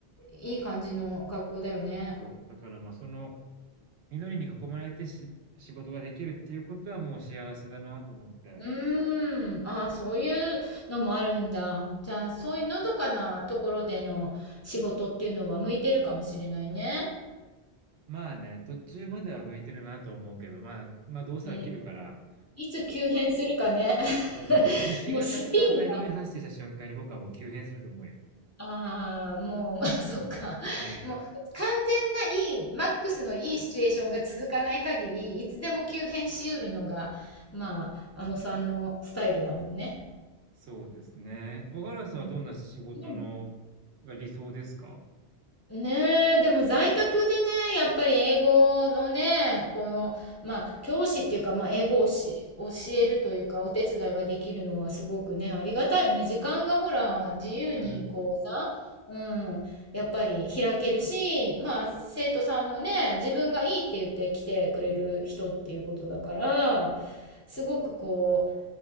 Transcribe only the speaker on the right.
そう。だからまあその、緑に囲まれてし仕事ができるっていうことはもう幸せだなと思って。
まあね、途中までは向いてるなと思うけど、まあ、まあどうせ飽きるから、
そうそう。虫がたくさん大量に発生した瞬間に僕はもう急変すると思うよ。
うん。うん。
そうですね。若林さんはどんな仕事のが理想ですか
うん。